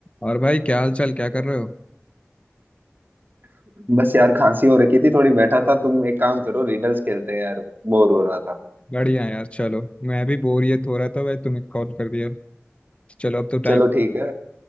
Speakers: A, on the left; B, on the right.
A: और भाई क्या हाल चाल क्या कर रहे हो
B: बस यार खांसी हो रखी थी थोड़ी बैठा था तुम एक काम करो रिडल्स खेलते हैं यार बोर हो रहा था
A: बढ़िया यार चलो मैं भी बोरियत हो रहा था भाई तुम्हें कॉल कर दिया चलो अब तो टाइम
B: चलो ठीक है